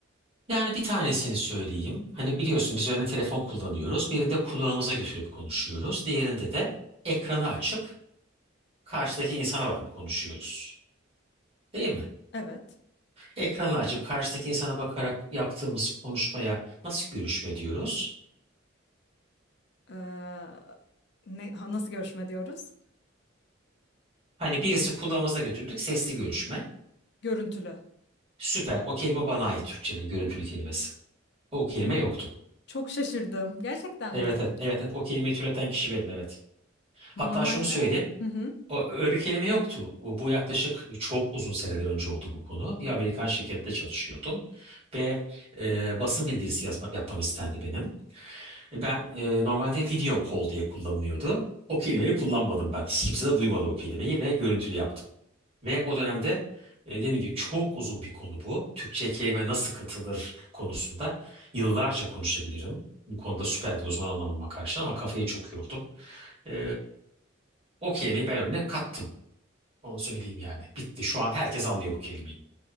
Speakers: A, on the right; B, on the left.
A: Yani bir tanesini söyleyeyim. Hani biliyorsun biz örneğin telefon kullanıyoruz. Birinde kulağımıza götürüp konuşuyoruz. Diğerinde de ekranı açıp karşıdaki insana bakıp konuşuyoruz. Değil mi?
B: Evet.
A: Ekranı açıp karşıdaki insana bakarak yaptığımız konuşmaya nasıl görüşme diyoruz?
B: Ee, ne, ha, nasıl görüşme diyoruz?
A: Hani birisi kulağımıza götürdük sesli görüşme.
B: Görüntülü.
A: Süper. O kelime bana ait Türkçe'de görüntülü kelimesi. O kelime
B: Şu an
A: yoktu.
B: çok şaşırdım. Gerçekten
A: Evet
B: mi?
A: evet evet, evet. O kelimeyi türeten kişi benim evet.
B: Normalde
A: Hatta şunu söyleyeyim.
B: hı hı,
A: O, öyle bir kelime yoktu. O- Bu yaklaşık çok uzun seneler önce oldu bu konu. Bir Amerikan şirkette çalışıyordum ve e, basın bildirisi yazma, yapmam istendi benim. Ben e, normalde video call diye kullanılıyordu. O kelimeyi kullanmadım ben. Hiç kimse de duymadı o kelimeyi ve görüntülü yaptım. Ve o dönemde e, dediğim gibi çok uzun bir konu bu. Türkçe kelime nasıl katılır konusunda yıllarca konuşabilirim. Bu konuda süper bir uzman anlamama karşın ama kafayı çok yordum. E, o kelimeyi ben önüne kattım. Onu söyleyeyim yani. Bitti. Şu an herkes anlıyor bu kelimeyi.